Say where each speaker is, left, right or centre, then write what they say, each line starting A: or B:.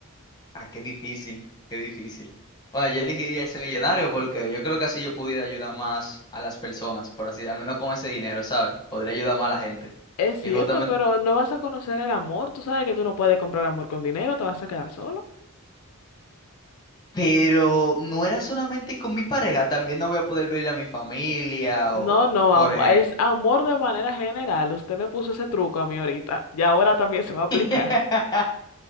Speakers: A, on the left; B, on the left.
A: Ah, qué difícil, qué difícil. Bueno, yo elegiría ser millonario porque yo creo que así yo pudiera ayudar más a las personas, por así, al menos con ese dinero, ¿sabes? Podría ayudar más a la gente.
B: Es cierto,
A: Y justamente
B: pero no vas a conocer el amor. Tú sabes que tú no puedes comprar amor con dinero, te vas a quedar solo.
A: Pero no era solamente con mi pareja, también no voy a poder verle a mi familia
B: No,
A: o,
B: no,
A: por
B: am-
A: ejemplo.
B: es amor de manera general. Usted me puso ese truco a mí ahorita y ahora también se va a aplicar.
A: <laughs>